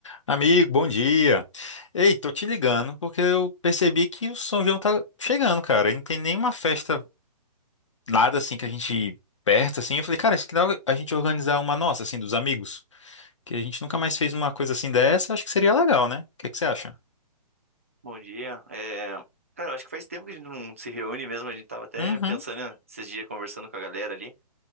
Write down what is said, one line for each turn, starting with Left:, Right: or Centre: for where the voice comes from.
Left: Amigo, bom dia. Ei, tô te ligando porque eu percebi que o São João tá chegando, cara. E não tem nenhuma festa, nada assim que a gente perto assim. Eu falei, cara, acho que dá a gente organizar uma nossa assim dos amigos, que a gente nunca mais fez uma coisa assim dessa. Acho que seria legal, né? O que que você acha?
Right: Bom dia. É, Cara, eu acho que faz tempo que a gente não se reúne mesmo. A gente tava até
Left: Uhum,
Right: pensando né, esses dias, conversando com a galera ali,